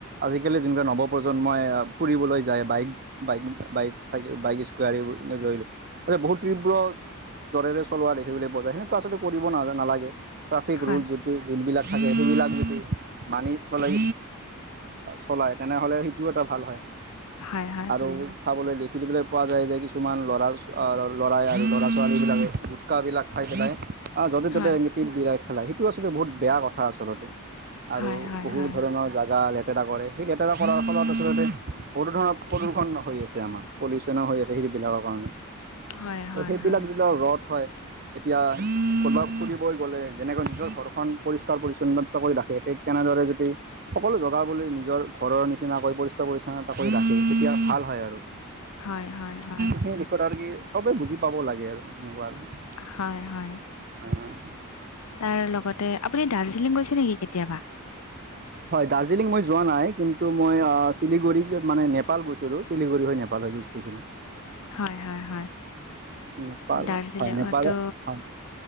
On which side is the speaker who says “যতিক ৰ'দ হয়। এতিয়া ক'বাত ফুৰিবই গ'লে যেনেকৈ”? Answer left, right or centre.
Right